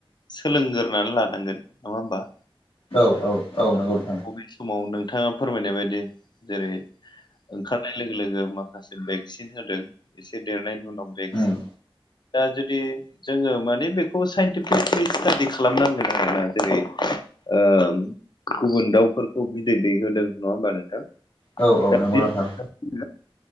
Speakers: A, on the left (about 50°); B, on the left (about 90°).
A: सोलोंगोरानै लानांगोन नङा होमबा।
B: औ औ औ नंगौ नोंथां।
A: बे समाव नोंथाङा फोरमायनाय बायदि जेरै ओंखारनाय लोगो लोगो मा खासे भेक्सिन होदों। एसे देरनायनि उनाव
B: उम
A: भेक्सिन दा जुदि जोङो माने बेखौ साइनटिफिकलि स्टाादि खालामनांगोन आरोना जेरै ओ गुबुन दाउफोरखौ बिदै दैहोदों नङा होमबा नोंथां?
B: औ औ
A: दा
B: नंगौ
A: <unintelligible>
B: नोंथां